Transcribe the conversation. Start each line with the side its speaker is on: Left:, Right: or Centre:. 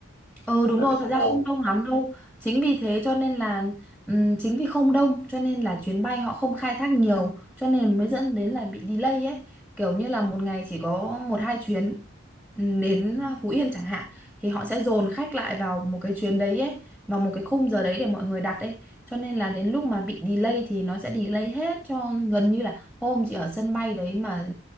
Centre: Ừ
Left: cũng
Centre: đúng
Left: đỡ
Centre: rồi,
Left: bị xô
Centre: thật
Left: bồ
Centre: ra không đông lắm đâu. Chính vì thế cho nên là ừm, chính vì không đông cho nên là chuyến bay họ không khai thác nhiều cho nên mới dẫn đến là bị delay ấy. Kiểu như là một ngày chỉ có một hai chuyến ừm, đến
Left: ừ.
Centre: Phú Yên chẳng hạn thì họ sẽ dồn khách lại vào một cái chuyến đấy ấy, vào một cái khung giờ đấy để mọi người đặt ấy. Cho nên là đến lúc mà bị delay thì nó sẽ delay hết cho gần như là hôm chị ở sân bay đấy mà